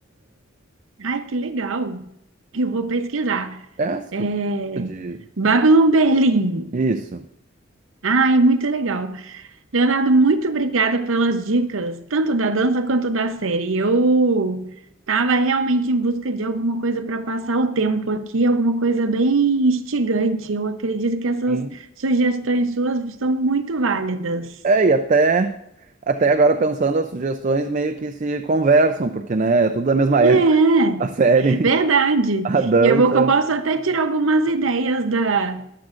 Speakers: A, on the right (about 80°); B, on the right (about 40°).
A: Ai, que legal. Eu vou pesquisar.
B: É, se
A: É...
B: tu gosta de...
A: Babylon Berlim.
B: Isso.
A: Ai, muito legal. Leonardo, muito obrigada pelas dicas, tanto da dança quanto da série. Eu estava realmente em busca de alguma coisa para passar o tempo aqui, alguma coisa bem instigante. Eu acredito que essas
B: Sim.
A: sugestões suas são muito válidas.
B: É, e até, até agora pensando, as sugestões meio que se conversam, porque, né, é tudo da mesma <laughs> época,
A: É. é.
B: a série,
A: Verdade.
B: <laughs> a dança,
A: E é bom que eu posso até tirar algumas ideias da,